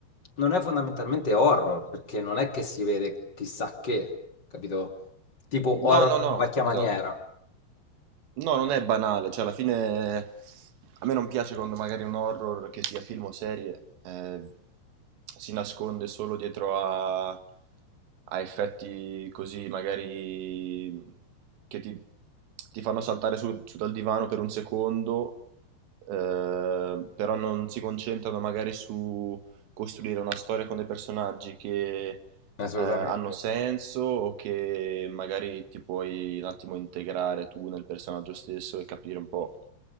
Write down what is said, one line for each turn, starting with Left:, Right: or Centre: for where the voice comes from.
Left: non è fondamentalmente horror, perché non è che si vede chissà che, capito? Tipo horror
Right: No, no, no,
Left: alla vecchia
Right: esatto.
Left: maniera,
Right: No, non è banale, cioè alla fine a me non piace quando magari un horror, che sia film o serie, eh, si nasconde solo dietro a, a effetti così, magari che ti, ti fanno saltare su, su dal divano per un secondo, eh, però non si concentrano magari su costruire una storia con dei personaggi che eh,
Left: assolutamente.
Right: hanno senso o che magari ti puoi un attimo integrare tu nel personaggio stesso e capire un po'